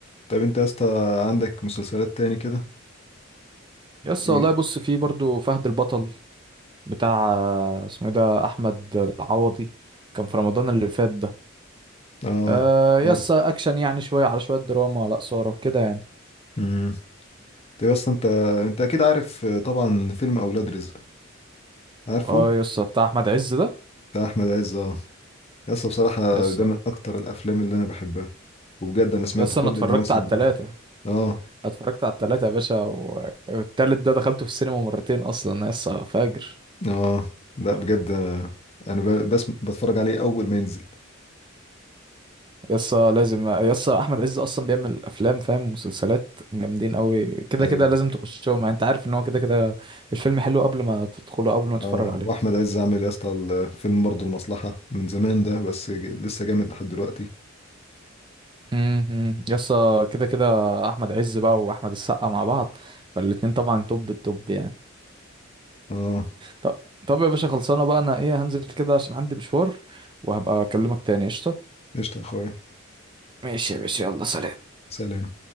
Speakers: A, on the left; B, on the right.
A: طيب انت يا اسطى عندك مسلسلات تاني كده
B: يا اسطى
A: ايوه
B: والله بص فيه برضو فهد البطل بتاع آه، اسمه ايه ده احمد العوضي كان في رمضان اللي فات ده
A: اه
B: آه يا
A: عارف
B: اسطى اكشن يعني شويه على شويه دراما لا ساره كده يعني
A: امم طيب يا اسطى انت انت اكيد عارف آه، طبعا فيلم اولاد رزق عارفه
B: اه يا اسطى بتاع احمد عز ده
A: بتاع احمد عز آه. يس بصراحة
B: يا اسطى
A: ده من أكتر الأفلام اللي أنا بحبها وبجد أنا سمعت
B: يا اسطى
A: كل
B: انا اتفرجت
A: المواسم
B: على التلاته
A: بتاعته آه
B: اتفرجت على التلاتة يا باشا و- والتالت ده دخلته في السينما مرتين اصلا يسا فاجر
A: آه لا بجد آه، أنا ب- بس بتفرج عليه أول ما ينزل
B: يسا لازم يسا احمد عز اصلا بيعمل افلام فاهم مسلسلات جامدين قوي كده
A: أيوه
B: كده لازم تخشهم يعني انت عارف ان هو كده كده الفيلم حلو قبل ما تدخله قبل ما تتفرج
A: آه
B: عليه
A: وأحمد عز عامل يا اسطى الفيلم برضه المصلحة من زمان ده بس ج- لسه جامد لحد دلوقتي
B: هم- هم. يسا كده كده احمد عز بقى واحمد السقا مع بعض فالاتنين طبعا توب التوب يعني
A: آه
B: طب طب يا باشا خلصانه بقى انا ايه هنزل كده عشان عندي مشوار وهبقى اكلمك تاني قشطه
A: قشطة يا أخويا
B: ماشي يا باشا يلا سلام
A: سلام